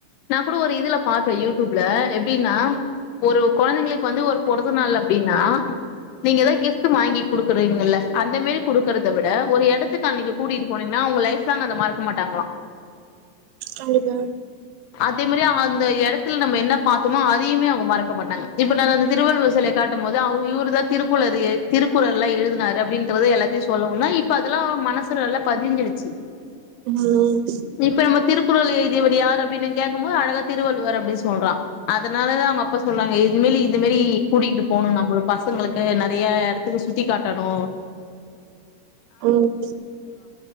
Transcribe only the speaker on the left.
நா கூட ஒரு இதுல பாத்த யூடியூப்ல எப்டின்னா ஒரு கொழந்திங்களுக்கு வந்து ஒரு பொறந்த நாள் அப்டின்னா நீங்க எதாவ்து கிஃப்ட் வாங்கி குடுக்குறீங்கல்ல அந்த மேரி குடுக்கிறத விட ஒரு எடத்துக்கு அன்னிக்கு கூட்டிட்டு போனீங்கன்னா உங்க லைஃப் ங்கல மறக்க மாட்டாங்களா
அதே மேரி அங்க அந்த எடத்துல நம்ம என்ன பாத்தமோ அதியுமே அவங்க மறக்கமாட்டாங்க இப்ப நா வந்து திருவள்ளுவர் செலைய காட்டும் போது இவுருதா திருக்குளரு எழுதி திரு குரல்லாம் எழுதுனாரு அப்டின்றது எல்லாத்தையு சொல்லவுந்தா இப்ப அதெல்லா மனசுல நல்லா பதிஞ்சிடுச்சு
இப்ப நம்ம திருக் குரல் எழுதியவர் யாரு அப் அப்டினு கேக்கம்போது அழகா திருவள்ளுவர் அப்டின் சொல்றான் அதனால தா அவங்கப்ப சொல்றாங்க <unintelligible> இதுமேரி கூட்டிட்டு போனு நம்பளு பசங்களுக்கு நறையா எடத்துக்கு சுத்தி காட்டணு